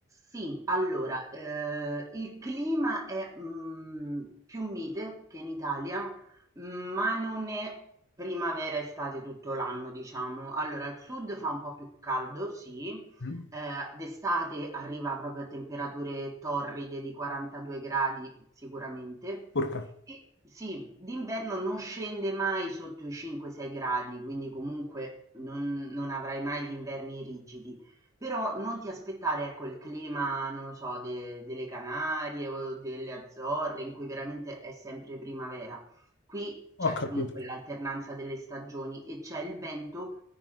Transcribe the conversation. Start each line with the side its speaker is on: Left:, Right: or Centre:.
Right: sì, allora, ehm, il clima è, mhmm, più mite che in Italia, ma non è primavera, e estate tutto l'anno, diciamo. Allora, al sud fa un po' più caldo, sì,
Left: Mm?
Right: ehm, d'estate arriva proprio a temperature torride di 42 gradi sicuramente,
Left: Urca.
Right: e sì, d'inverno non scende mai sotto i 5, 6 gradi, quindi comunque non non avrai mai gli inverni rigidi. Però non ti aspettare, ecco, il clima, non lo so, de delle Canarie o delle Azzorre in cui veramente è sempre primavera. Qui
Left: Ho
Right: c'è
Left: capito.
Right: comunque l'alternanza delle stagioni e c'è il vento,